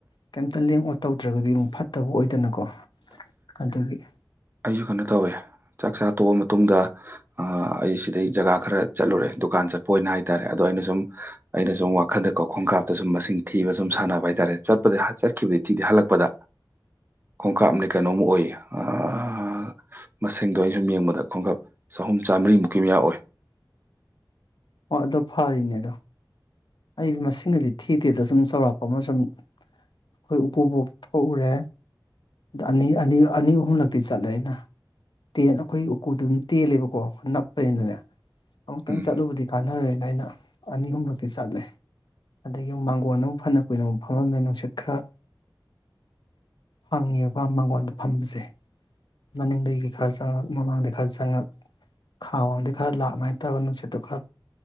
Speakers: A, on the left; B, on the right.
A: ꯀꯩꯝꯇ ꯂꯦꯡ ꯑꯣꯠ ꯇꯧꯗ꯭ꯔꯒꯗꯤ ꯃꯨꯛ ꯐꯠꯇꯕ ꯑꯣꯏꯗꯅꯀꯣ ꯑꯗꯨꯒꯤ
B: ꯑꯩꯖꯨ ꯀꯩꯅꯣ ꯇꯧꯋꯦ ꯆꯥꯛ ꯆꯥ ꯇꯣꯛꯑ ꯃꯇꯨꯡꯗ ꯑ ꯑꯩ ꯁꯤꯗꯩ ꯖꯒꯥ ꯈꯔ ꯆꯠꯂꯨꯔꯦ ꯗꯨꯀꯥꯟ ꯆꯠꯄ ꯑꯣꯏꯅ ꯍꯥꯏꯇꯥꯔꯦ ꯑꯗꯣ ꯑꯩꯅ ꯁꯨꯝ ꯑꯩꯅ ꯁꯨꯝ ꯋꯥꯈꯟꯗ ꯀꯥꯎ ꯈꯣꯡꯀꯥꯞꯇ ꯁꯨꯝ ꯃꯁꯤꯡ ꯊꯤꯕ ꯁꯨꯝ ꯁꯥꯟꯅꯕ ꯍꯥꯏꯇꯥꯔꯦ ꯆꯠꯄꯗ ꯍꯥ ꯆꯠ ꯈꯤꯕꯦꯊꯤꯗꯤ ꯍꯜꯂꯛꯄꯗ ꯈꯣꯡꯀꯥꯞꯅꯦ ꯀꯩꯅꯣꯝꯃ ꯑꯣꯏꯌꯦ ꯑꯥ ꯑ ꯃꯁꯤꯡꯗꯣ ꯑꯩꯟ ꯁꯨꯝ ꯌꯦꯡꯕꯗ ꯈꯣꯡꯀꯞ ꯆꯍꯨꯝ ꯆꯥꯝꯃꯔꯤꯃꯨꯛꯀꯤ ꯃꯌꯥ ꯑꯣꯏ
A: ꯑꯣ ꯑꯗꯨ ꯐꯥꯔꯤꯝꯅꯦ ꯑꯗꯣ ꯑꯩꯗꯤ ꯃꯁꯤꯡꯒꯗꯤ ꯊꯤꯇꯦꯗ ꯁꯨꯝ ꯆꯥꯎꯔꯥꯛꯄ ꯑꯃ ꯁꯨꯝ ꯈꯣꯏ ꯎꯀꯨꯕꯣꯛ ꯊꯣꯛꯎꯔꯦ ꯑꯅꯤ ꯑꯅꯤ ꯑꯅꯤ ꯑꯍꯨꯝꯂꯛꯇꯤ ꯆꯠꯂꯦ ꯑꯩꯅ ꯇꯦꯟ ꯑꯈꯣꯏꯒꯤ ꯎꯀꯨꯗꯨꯃꯨꯛ ꯇꯦꯜꯂꯦꯕꯀꯣ ꯅꯛꯄꯅꯤꯅꯅꯦ ꯑꯃꯨꯛꯇꯪ
B: ꯎꯝ
A: ꯆꯠꯂꯨꯕꯗꯤ ꯀꯥꯟꯅꯔꯣꯏꯅ ꯑꯩꯅ ꯑꯅꯤ ꯑꯍꯨꯝꯂꯛꯇꯤ ꯆꯠꯂꯦ ꯑꯗꯒꯤ ꯃꯥꯡꯒꯣꯟꯗ ꯃꯨꯛ ꯐꯅꯥ ꯀꯨꯏꯅ ꯑꯃꯨꯛ ꯐꯝꯃꯝꯃꯦ ꯅꯨꯡꯁꯤꯠ ꯈꯔ ꯐꯪꯉꯦꯕ ꯃꯪꯒꯣꯟꯗ ꯐꯝꯕꯁꯦ ꯃꯅꯤꯡꯗꯒꯤ ꯈꯔ ꯆꯪꯉꯛ ꯃꯃꯥꯡꯗꯩ ꯈꯔ ꯆꯪꯉꯛ ꯈꯥ ꯋꯥꯡꯗꯩ ꯈꯔ ꯂꯛ ꯑꯃꯥꯏꯟ ꯇꯧꯔ ꯅꯨꯡꯁꯤꯠꯇꯨ ꯈꯔ